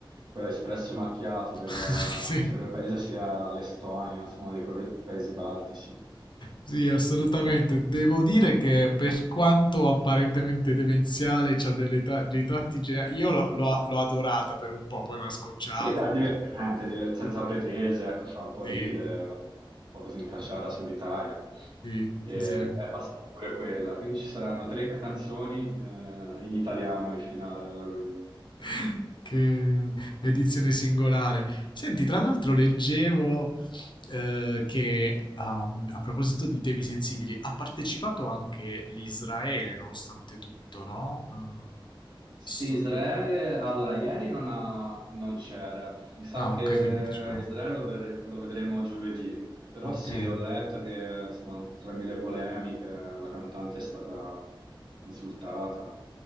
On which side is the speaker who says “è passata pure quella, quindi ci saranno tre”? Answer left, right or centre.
Right